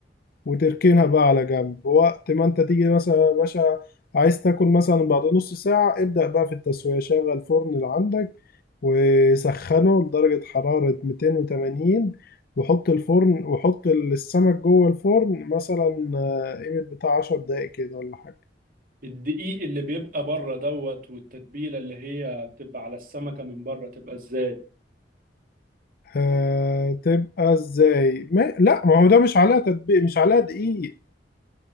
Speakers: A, on the left; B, on the right.
A: وتركنها بقى على جنب وقت ما انت تيجي مثلا يا باشا عايز تاكل مثلا بعد نص ساعة ابدأ بقى في التسوية شغل الفرن اللي عندك وسخنه لدرجة حرارة 280 وحط الفرن وحط السمك جوه الفرن مثلا آه، قيمة بتاع 10 دقايق كده ولا حاجة
B: الدقيق اللي بيبقى بره دوت والتتبيلة اللي هي بتبقى على السمكة من بره تبقى ازاي
A: آه تبقى ازاي ما لا ما هو ده مش عليها تطبيق مش عليها دقيق